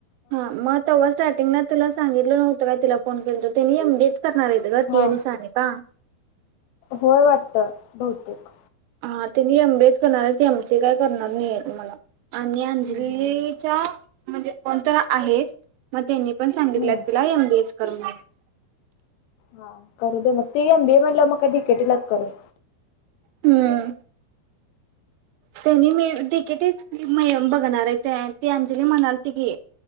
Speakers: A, on the right (about 85°); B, on the left (about 85°).
A: हा मग तेव्हा स्टार्टिंगला तुला सांगितलं नव्हतो काय तिला फोन केल त तिनी एम बी ये करणार आहेेत ग
B: हा
A: ती आणि सानिका.
B: होय वाटतं बहतेक.
A: हा त्यांनी एम बीच करणार आहे ते एम सी काय करणार नाहीय त म्हनं. आणि अंजलीच्या
B: हम्म हम्म
A: म्हणजे कोणत आहेत मग त्यांनी पण सांगित
B: हम्म
A: तिला एम बी एच आर म्हणून.
B: हा करू दे मग ती एम. बी. ए. म्हणल्यावर ती काय डी. के. टीलाच करेल.
A: हम्म. त्यांनी मी डी के टी च बघणार आहे ते ती अंजली म्हणाल त की.